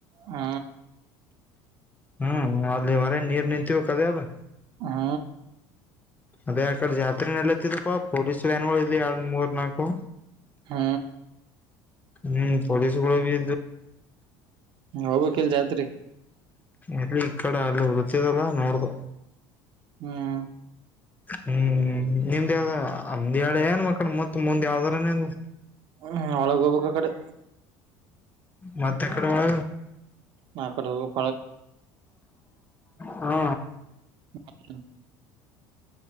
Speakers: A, on the right (about 55°); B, on the left (about 15°).
A: ಹ್ಮ
B: ಹ್ಮ್ ಅಲ್ಲಿ ಹೊರ ನೀರ್ ನಿಂತವ ಕದ ಅಲ್ಲ
A: ಹಾ
B: ಅದೇ ಆಕಡೆ ಜಾತ್ರೆ ನಡಲತ್ತಿದಪ್ಪ ಪೊಲೀಸ್ ವ್ಯಾನ್ ಗಳು ಇದ ಎರಡ್ ಮೂರ್ ನಾಲ್ಕು
A: ಹ್ಮ
B: ಹ್ಮ್ ಪೊಲಿಸಗಗಳು ಬಿ
A: ಹೋಗಕ್ಲ್ ಜಾತ್ರಿ
B: ಎಲ್ಲಿ ಈ ಕಡೆ ಅಲ್ಲಿ ಉಲತದಲ್ಲ ನೋಡ್ದ
A: ಹ್ಮ್
B: ಹ್ಮ್ ನಿಮ್ದಾವ್ದ ಅಮ್ದ ಹೇಳಳ ಏನ್ ಮಕ್ಕಳ ಮತ್ ಮುಂದ್ ಯಾವ್ದ್ರ ನಿ
A: ಹ್ಮ್ ಅವಳ ಗಬಕ್ಕ ಕಡೆ
B: ಮತ್ತೆಕಡೆ ಒಳ
A: ಮಕತ್ ಹೋಗ
B: ಹಾ
A: ಹ